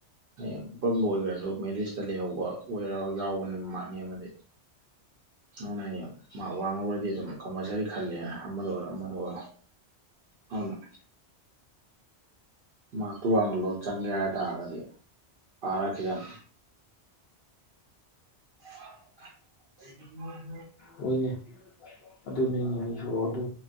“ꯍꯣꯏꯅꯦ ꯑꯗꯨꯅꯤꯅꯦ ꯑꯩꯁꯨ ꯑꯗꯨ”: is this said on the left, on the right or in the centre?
Left